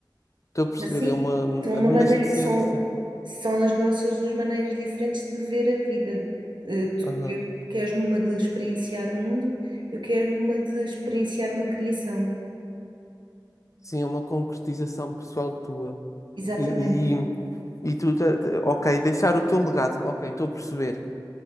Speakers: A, on the left (about 40°); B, on the right (about 75°).
A: Estou a perceber,
B: Assim,
A: é uma.
B: são uma
A: Não
B: maneira,
A: deixa de ser
B: são,
A: assim.
B: são as nossas duas maneiras diferentes de ver a vida. Eh, Tu
A: Aham.
B: quer- queres numa de experienciar o mundo, eu quero uma de experienciar uma criação.
A: Sim, é uma concretização pessoal tua.
B: Exatamente.
A: E, e, e tu. tá- tá- Ok, deixar o teu legado. Ok, estou a perceber.